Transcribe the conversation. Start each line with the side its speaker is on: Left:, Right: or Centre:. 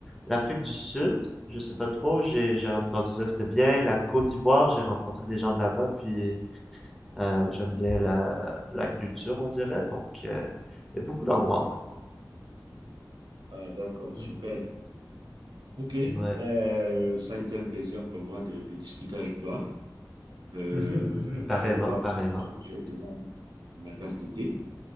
Centre: l'Afrique du Sud, je sais pas trop, j'ai j'ai entendu dire que c'était bien. La Côte d'Ivoire, j'ai rencontré des gens de là-bas, puis euh, j'aime bien la, la culture, on dirait. Donc euh, il y a beaucoup d'endroits en fait.
Right: Ah, d'accord, super.
Centre: Mm.
Right: Ok,
Centre: Ouais.
Right: ben, euh, ça a été un plaisir pour moi de, de discuter avec toi. Euh,
Centre: Mhm, mhm. Pareillement,
Right: je vais devoir,
Centre: pareillement.
Right: je vais devoir aller prendre ma tasse de thé.